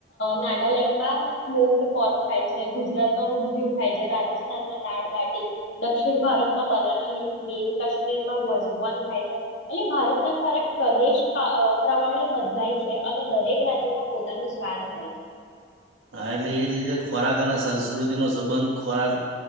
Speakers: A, on the left (about 70°); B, on the right (about 85°).
A: નાગાલેન્ડમાં સ્મોકડ પોર્ક ખાય છે, ગુજરાતમાં ઊંધિયું ખાય છે, રાજસ્થાનમાં દાળ બાટી, દક્ષિણ ભારતમાં બનાના લીફ. નીલ કાશ્મીરમાં વઝોન ખાય છે, એટલે ભારતના ખોરાક પ્રદેશ પ્રમાણે બદલાય છે અને દરેક રાજ્યમાં પોતાનું સ્વાદ હોય છે
B: હા એટલે એ જ રીતે ખોરાક અને સંસ્કૃતિનોો સંબંધ ખોરાક